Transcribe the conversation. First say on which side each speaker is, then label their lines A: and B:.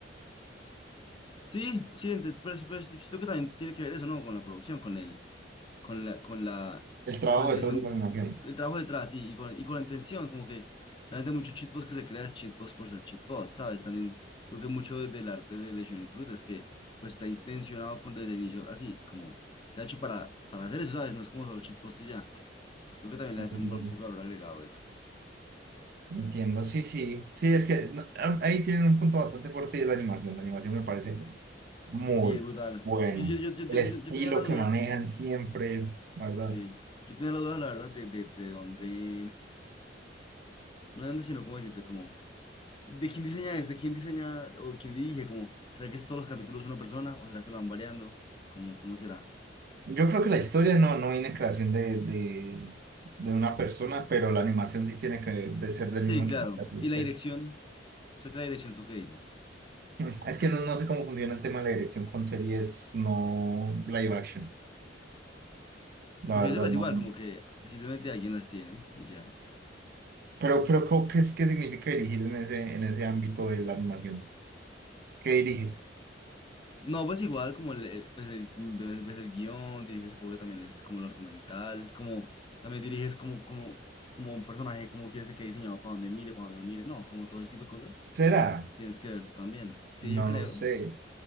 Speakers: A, on the left; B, on the right.
A: Sí, sí, ente- pero, sí- pero sí, siento que también tiene que ver eso, ¿no? Con la producción, con el, con la, con la,
B: El trabajo
A: con la intención,
B: detrás de la animación.
A: el trabajo detrás y, y con, y con la intención, como que realmente muchos cheatposts que se crean es cheatposts por ser cheatposts, ¿sabes? También creo que mucho de- del arte de, de Shooting Truth es que pues está intencionado con, desde el inicio así, como está hecho para, para hacer eso, ¿sabes? No es como solo cheatpost y ya. Creo que también le
B: Entiendo.
A: hace un, un poco de valor agregado eso.
B: Entiendo, sí, sí. Sí, es que no, ah, ahí tienen un punto bastante fuerte y es la animación. La animación me parece muy
A: Sí, es brutal.
B: bueno.
A: Yo, yo, yo, yo, yo,
B: El
A: yo-
B: estilo
A: yo tenía la duda,
B: que manejan siempre, la ¿verdad?
A: sí, yo tenía la duda, la verdad, de, de, de dónde, no de dónde, sino cómo decirte, como, de quién diseña es, de quién diseña o quién dirige, como, ¿será que es todos los capítulos una persona o será que lo van variando? ¿Cómo, cómo será?
B: Yo creo que la historia no, no viene en creación de, de, de una persona, pero la animación sí tiene que de ser del
A: Sí,
B: mismo equipo
A: claro.
B: creativo,
A: ¿Y la
B: pues.
A: dirección? O sea, que la dirección, ¿tú qué dices?
B: Mm, Es que no, no sé cómo funciona el tema de la dirección con series no live action, la
A: Porque
B: verdad
A: yo sepa, es
B: no.
A: igual, como que simplemente alguien las tiene y ya.
B: Pero, pero ¿cómo- ¿qué es, qué significa dirigir en ese, en ese ámbito de la animación? ¿Qué diriges?
A: No, pues igual como el, el- pues el, pues- pues el guión, diriges supongo que también el, como lo argumental, como también diriges como, como, como un personaje, como quieres que quede diseñado para donde mire, para donde no mire, no, como todo ese tipo de cosas,
B: ¿Será?
A: las tienes que ver tú también. Sí,
B: No
A: yo creo.
B: lo sé.